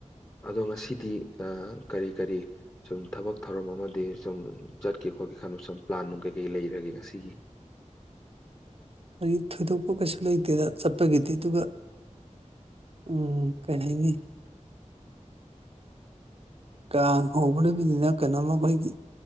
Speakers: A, on the left; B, on the right.
A: ꯑꯗꯣ ꯉꯁꯤꯗꯤ ꯑꯥ ꯀꯔꯤ ꯀꯔꯤ ꯁꯨꯝ ꯊꯕꯛ ꯊꯧꯔꯝ ꯑꯃ ꯗꯤ ꯁꯨꯝ ꯆꯠꯀꯦ ꯈꯣꯠꯀꯦ ꯈꯟꯕ ꯁꯨꯝ ꯄ꯭ꯂꯥꯟ ꯅꯨꯡ ꯀꯩ ꯀꯩ ꯂꯩꯔꯒꯦ ꯉꯁꯤꯒꯤ
B: ꯀꯔꯤ ꯊꯣꯏꯗꯣꯛꯄ ꯀꯩꯁꯨ ꯂꯩꯇꯦꯗ ꯆꯠꯄꯒꯤꯗꯤ ꯑꯗꯨꯒ ꯎꯝ ꯀꯩꯍꯥꯏꯅꯤ ꯀꯥꯡ ꯍꯧꯕ ꯅꯨꯃꯤꯠꯅꯤꯅ ꯀꯩꯅꯣꯝꯃ ꯈꯣꯏꯒꯤ